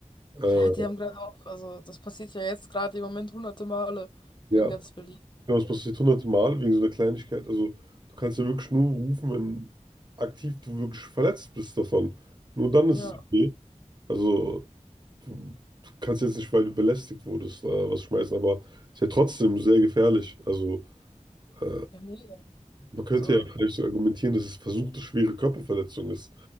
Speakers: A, on the right; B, on the left.
A: Äh,
B: Ja, die haben gerade auch, also das passiert ja jetzt gerade im Moment hunderte Male
A: ja,
B: in ganz Berlin.
A: genau, das passiert hunderte Mal wegen so einer Kleinigkeit. Also, du kannst ja wirklich nur rufen, wenn aktiv du wirklich verletzt bist davon. Nur dann ist
B: Ja,
A: es okay. Also, du, du kannst jetzt nicht, weil du belästigt wurdest, äh, was schmeißen, aber ist ja trotzdem sehr gefährlich. Also, äh,
B: ja, mega.
A: man könnte
B: So,
A: ja vielleicht so argumentieren, dass es versuchte schwere Körperverletzung ist.